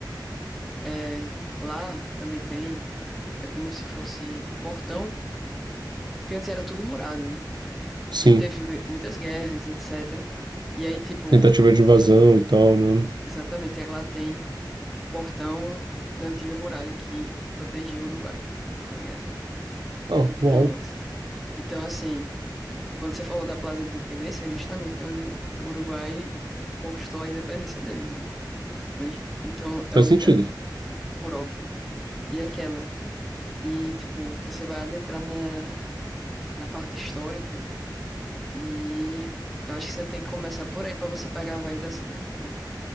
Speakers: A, in the centre; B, on the right.
A: é, lá também tem, é como se fosse o portão, porque antes era tudo murado, né?
B: Sim,
A: Porque teve muitas guerras, etc. E aí, tipo,
B: tentativa de invasão e tal, né?
A: exatamente, aí lá tem. o portão da antiga muralha que protegia o Uruguai, tá ligado?
B: Ah,
A: Então,
B: uau,
A: as- então assim, quando você falou da Plaza de Independência, é justamente onde o Uruguai conquistou a independência deles mesmo, manja? Então, é
B: faz
A: um
B: sentido.
A: lugar, por óbvio, né? E aquela, e tipo, você vai adentrar na, na parte histórica e eu acho que você tem que começar por aí pra você pegar a vibe da cidade, entendeu?